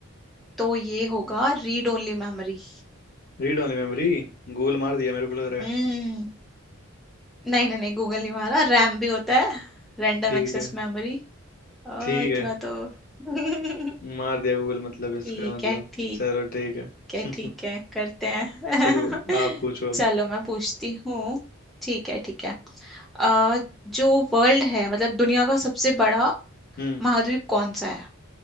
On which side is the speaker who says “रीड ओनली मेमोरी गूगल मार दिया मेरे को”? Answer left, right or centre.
Left